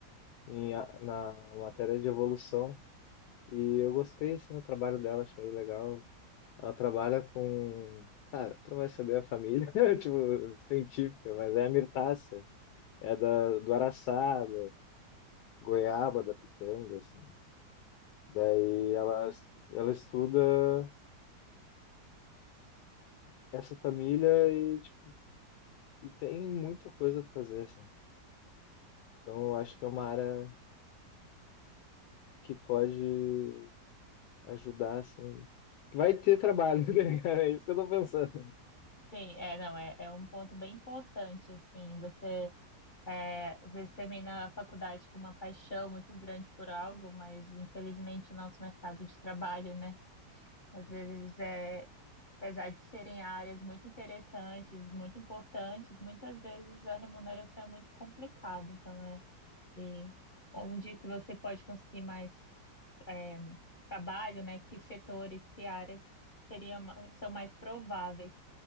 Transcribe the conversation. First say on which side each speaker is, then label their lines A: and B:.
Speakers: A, on the left (about 75°); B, on the left (about 40°).
A: em, a- na matéria de evolução. E eu gostei assim, do trabalho dela, achei legal. Ela trabalha com. Ah, tu não vai saber a família, <laughs> tipo, científica, mas é a mirtácea. É da, do araçá, da goiaba, da pitanga, assim. Daí ela, es- ela estuda essa família e, tipo, e tem muita coisa pra fazer, assim. Então eu acho que é uma área que pode ajudar, assim. que Vai ter trabalho, <laughs> tá ligado? É isso que eu tô pensando.
B: Sim, é, não, é, é um ponto bem importante, assim, você. É, às vezes termina a faculdade com uma paixão muito grande por algo, mas infelizmente o nosso mercado de trabalho, né? Às
A: Uhum.
B: vezes é, apesar de serem áreas muito interessantes, muito importantes, muitas vezes a remuneração é muito complicada. Então é e onde que você pode conseguir mais é, trabalho, né? Que setores, que áreas seriam, ma- são mais prováveis.